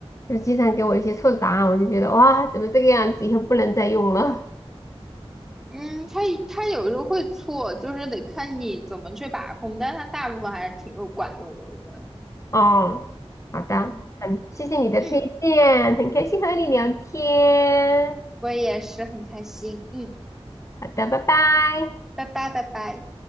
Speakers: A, on the left (about 30°); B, in the centre.
A: 就是经常给我一些错的答案，我就觉得哇，怎么这个样子，以后不能再用了。
B: 嗯，他他有时候会错，就是得看你怎么去把控，但是他大部分还是挺有管用的，我觉得。
A: 哦，好的，
B: 嗯
A: 很谢谢你的推荐，
B: 嗯，
A: 很开心和你聊天。
B: 我也是很开心。嗯，
A: 好的，拜拜。
B: 拜拜拜拜。